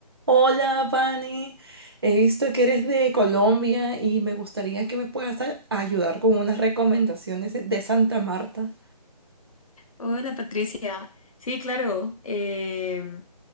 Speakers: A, on the right; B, on the left.
A: Hola, Vane. He visto que eres de Colombia y me gustaría que me puedas a- ayudar con unas recomendaciones de de Santa Marta.
B: Hola Patricia. Sí, claro. eh,